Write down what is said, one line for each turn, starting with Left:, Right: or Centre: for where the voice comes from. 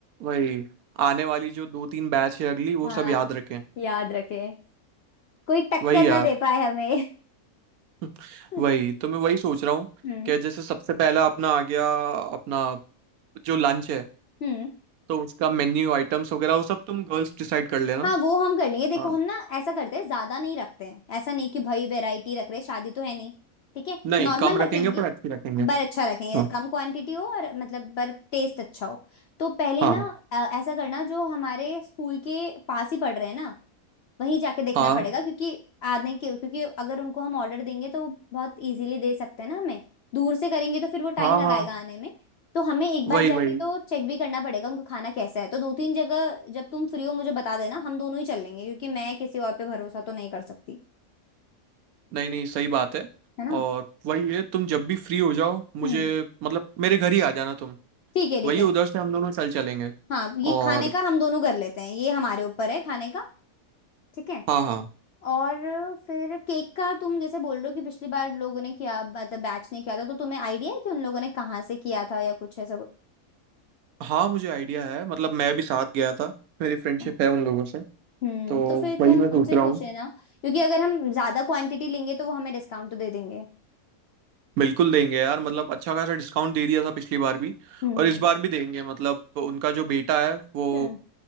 Right: वही आने वाली जो दो तीन बैच है अगली वो
Left: हाँ
Right: सब याद रखें
Left: याद रखें कोई टक्कर
Right: वही यार
Left: ना दे पाए हमें
Right: <laughs>
Left: <laughs>
Right: वही तो मैं वही सोच रहा हूँ
Left: हम्म
Right: कि जैसे सबसे पहला अपना आ गया अपना जो लंच है
Left: हम्म
Right: तो उसका मेन्यू आइटम्स वगैरह वो सब तुम गर्ल्स डिसाइड कर लेना
Left: हाँ वो हम कर लेंगे देखो
Right: हाँ
Left: हम ना ऐसा करते हैं ज्यादा नहीं रखते हैं ऐसा नहीं कि भाई वैरायटी रख रहे हैं, शादी तो है नहीं ठीक है
Right: नहीं
Left: नॉर्मल
Right: कम रखेंगे
Left: रखेंगे
Right: पर अच्छी रखेंगे
Left: पर अच्छा रखेंगे
Right: हाँ
Left: कम क्वांटिटी हो और मतलब पर टेस्ट अच्छा हो तो पहले
Right: हाँ
Left: ना अ, ऐसा करना जो हमारे स्कूल के पास ही पड़ रहे हैं ना वहीं जाके देखना
Right: हाँ
Left: पड़ेगा क्योंकि आने के क्योंकि अगर उनको हम ऑर्डर देंगे तो वो बहुत इजीली दे सकते हैं ना हमें दूर से करेंगे तो फिर वो टाइम
Right: हाँ
Left: लगाएगा
Right: हाँ
Left: आने में तो हमें एक बार
Right: वही
Left: जाके
Right: वही
Left: तो चेक भी करना पड़ेगा उनका खाना कैसा है तो दो तीन जगह जब तुम फ्री हो मुझे बता देना हम दोनों ही चल लेंगे क्योंकि मैं किसी और पे भरोसा तो नहीं कर सकती
Right: नहीं नहीं सही बात है
Left: है ना
Right: और वही है तुम जब भी फ्री हो जाओ
Left: हम्म
Right: मुझे मतलब मेरे घर ही आ जाना तुम
Left: ठीक है ठीक
Right: वही
Left: है
Right: उधर से हम दोनों चल चलेंगे
Left: हाँ ये
Right: और
Left: खाने का हम दोनों कर लेते हैं ये हमारे ऊपर है खाने का ठीक है
Right: हाँ हाँ
Left: और फिर केक का तुम जैसे बोल रहे हो कि पिछली बार लोगों ने किया मतलब बैच ने किया था तो तुम्हें आइडिया है कि उन लोगों ने कहाँ से किया था या कुछ ऐसा कुछ
Right: हाँ मुझे आइडिया है मतलब मैं भी साथ गया था मेरी फ्रेंडशिप
Left: हाँ।
Right: है उन लोगों से
Left: हम्म
Right: तो
Left: तो फिर
Right: वही
Left: तुम
Right: मैं सोच
Left: उनसे
Right: रहा
Left: पूछ
Right: हूँ
Left: लेना क्योंकि अगर हम ज्यादा क्वांटिटी लेंगे तो वो हमें डिस्काउंट तो दे देंगे
Right: बिल्कुल देंगे यार मतलब अच्छा खासा डिस्काउंट दे दिया था पिछली बार भी
Left: हम्म
Right: और इस बार भी देंगे मतलब उनका जो बेटा है वो
Left: हम्म